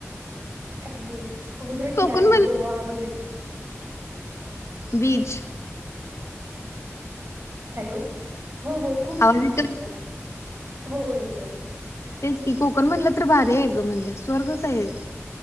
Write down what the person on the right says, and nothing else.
काय ते समुद्रकिनारे
ते गोवा वगैरे
हॅलो हो हो खूप
छान
वाटतं
हो हो येतोय